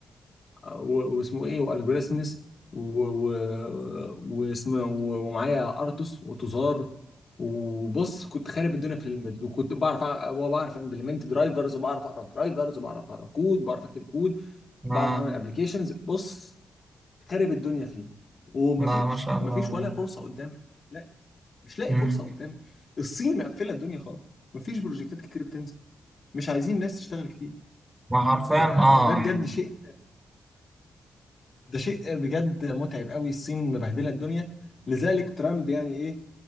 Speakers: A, on the left (about 55°); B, on the right (about 25°).
A: آه، و- واسمه ايه والجوريثمز و- و- واسمه و- ومعايا ارتوس وتزار وبص كنت خارب الدنيا في الامبيد وكنت بعرف أع- وبعرف امبلمنت درايفرز وبعرف اقرا درايفرز وبعرف اقرا كود بعرف اكتب كود
B: ما
A: بعرف اعمل ابلكيشنز بص خارب الدنيا فيه ومفيش
B: ما ما شاء الله
A: مفيش
B: والله
A: ولا فرصه قدام مش لاقي مش لاقي
B: مم.
A: فرصه قدام الصين مقفله الدنيا خالص مفيش بروجكتات كتير بتنزل مش عايزين ناس تشتغل كتير
B: ما حرفيا
A: فده
B: اه
A: بجد
B: يعني
A: شيء ده شيء بجد متعب قوي الصين مبهدله الدنيا لذلك ترامب يعني ايه